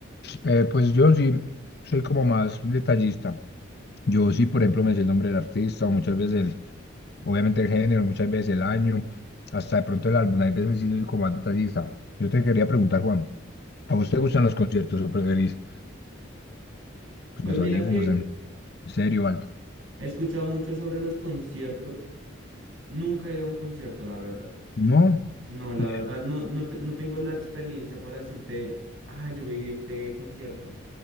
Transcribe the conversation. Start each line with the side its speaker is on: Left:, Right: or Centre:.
Left: eh, pues yo sí soy como más detallista. Yo sí, por ejemplo, me sé el nombre del artista, muchas veces, el- obviamente el género, muchas veces el año, hasta de pronto el álbum. Hay veces sí soy como más detallista. Yo te quería preguntar, Juan, ¿a vos
Right: A
Left: te gustan
Right: ver.
Left: los conciertos o preferís pues,
Right: Pues
Left: los
Right: mira
Left: audífonos
Right: que
Left: en serio o algo?
Right: he escuchado mucho sobre los conciertos. Nunca he ido a un concierto, la verdad.
Left: No.
Right: No, la
Left: ¿Y
Right: verdad, no, no, te- no tengo la experiencia para decirte, ah, yo viví este concierto.